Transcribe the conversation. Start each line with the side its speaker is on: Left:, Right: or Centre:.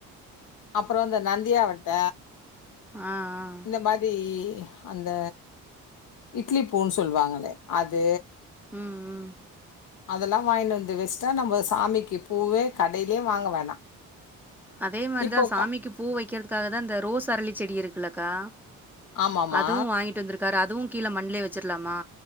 Left: அப்றோ இந்த நந்தியாவட்ட
Centre: ஆ ஆ
Left: இது மாதி அந்த இட்லி பூன்னு சொல்லுவாங்களே அது
Centre: ம் ம்
Left: அதெல்லா வாங்கினு வந்து வெச்ட்டா நம்ப சாமிக்கு பூவே கடைலே வாங்க வேணா
Centre: அதே மாரிதா
Left: இப்போ
Centre: சாமிக்கு
Left: க
Centre: பூ வெக்கிறதுக்காக தா இந்த ரோஸ் அரளிச் செடி இருக்குல்லக்கா
Left: ஆமாமா
Centre: அதுவு வாங்கிட்டு வந்திருக்காரு அதுவு கீழ மண்லே வெச்சிர்லாமா